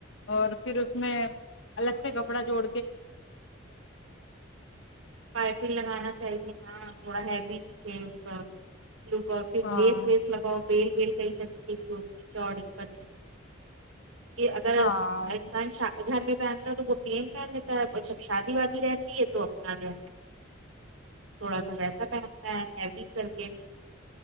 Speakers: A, on the left; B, on the right.
A: اور فر اس میں الگ سے کپڑا جوڑ
B: پائپن لگانا چاہیے ہاں تھوڑا ہیوی دکھے اس لک اور پھر
A: ہاں
B: لیس ویس لگاؤ بیل بیل کئی طریقے کی ہوتی ہے چوڑی پتلی کہ اگر
A: ہاں
B: انسان شا گھر میں پہنتا ہے تو وہ پلین پہن لیتا ہے اور سب شادی وادی رہتی ہے تو اپنا جو ہے تھوڑا سا ویسا پہنتا ہے ہیوی کر کے